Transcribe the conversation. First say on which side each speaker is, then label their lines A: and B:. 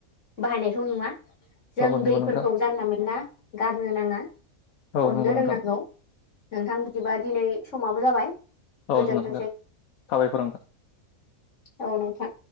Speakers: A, on the left (about 55°); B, on the left (about 75°).
A: बाहायनायखौ नुवा जों
B: औ नंगौ
A: दैफोरखौ
B: नोंथां
A: जानला मेनला गारनो नाङा।
B: औ
A: अननो
B: नंगौ नोंथां
A: रोंनांगौ। नोंथां बिदिबा दिनै समाबो जाबाय।
B: औ <unintelligible>
A: गोजोनथोंसै
B: नोंथां साबायखर नोंथां।
A: औ नोंथां।